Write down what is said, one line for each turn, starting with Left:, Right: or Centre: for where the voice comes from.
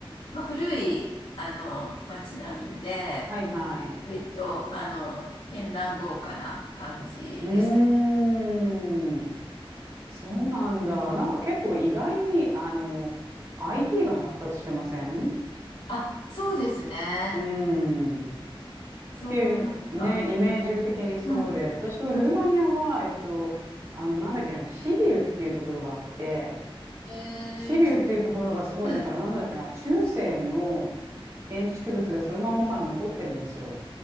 Left: まあ、古い、あの、街並みで、
Right: はいはい。
Left: 割と、あの、絢爛豪華な感じでした。
Right: うーん。そうなんだ。なんか結構意外に、あの、IT が発達してません
Left: あ、そうですね。
Right: うーん。っ
Left: そう思いました。
Right: ていう、ね、イメージ的にそうで、
Left: うん。
Right: 私はルーマニアは、
Left: うん。
Right: えっと、あの、なんだっけな、シビウっていうところがあって、
Left: えー、
Right: シビウっていうところがすごい、
Left: ちょっと、はい。
Right: だからなんだっけな、中世の建築物がそのまんままだ残ってるんですよ。